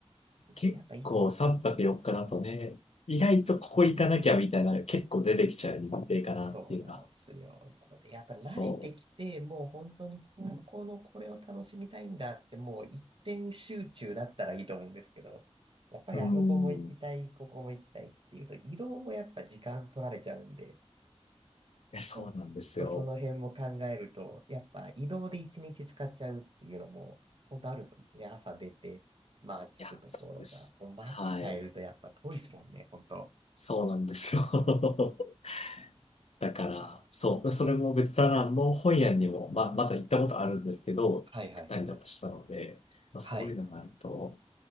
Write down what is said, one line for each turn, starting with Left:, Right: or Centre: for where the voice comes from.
Left: 結構3泊4日だとね、
Right: やっぱいいですね。
Left: 意外とここ行かなきゃみたいなのが結構出てきちゃう日程かなっていうか
Right: そうなんすよ。なので、やっぱ慣れてきて、
Left: そ
Right: もう本当にう高ん校のこれを楽しみたいんだって、もう一点集中だったらいいと思うんですけど、やっぱりあそこも行きたい、
Left: う。うん。い
Right: ここも行きたいっていうと、移動もやっぱ時間取られちゃうんで、
Left: や、そうなんですよ。
Right: ちょっとその辺も考えると、やっぱ移動で一日使っちゃうっていうのも、本当あるですもんね。朝出て、まあ着くところが、
Left: いや、そうです。
Right: こう街変えるとやっぱ遠いですもんね、
Left: はい。
Right: 本当。
Left: そうなんですよ。<laughs> だから、
Right: だから。
Left: そう。それもベトナムもホイアンにも、ま、まだ行ったことあるんですけど、行ったりとかしたので、
Right: はいはいはいはい。
Left: まあ、
Right: はい。
Left: そういうのがあると、